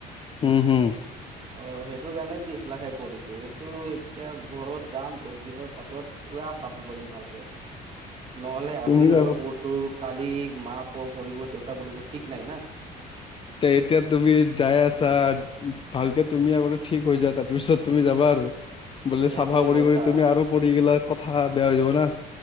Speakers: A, on the left; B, on the right.
A: উম', হুম
B: অ', সেইটো কাৰণে বিশ লাখে ক, এইটো এতিয়া ঘৰত যাম দহ দিনৰ পাছত পুৰা চাফা কৰিম ভালকে নহ'লে আজি
A: তুমি
B: মই
A: যাব
B: পৰছো, কালি মা পৰব, দেউতা পৰব ঠিক নাই না
A: তে এতিয়া তুমি যাই আছা ভালকে তুমি আগতে ঠিক হৈ যা তাৰপিছত তুমি যাবা আৰু বুলি চাফা
B: এইটোয়ে
A: কৰি
B: কথা
A: কৰি তুমি আৰু পঢ়ি গেলা কথা বেয়া হৈ যাব না